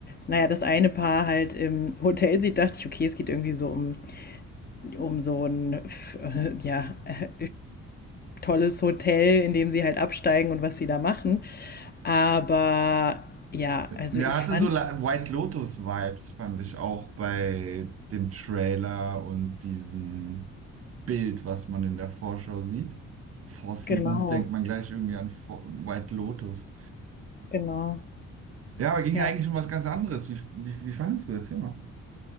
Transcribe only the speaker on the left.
naja, das eine Paar halt im Hotel sieht, dachte ich, okay, es geht irgendwie so um, um so ein, f- <laughs> äh, ja, äh, tolles Hotel, in dem sie halt absteigen und was sie da machen. Aber ja, also
ich
fand's
genau,
genau,
ja.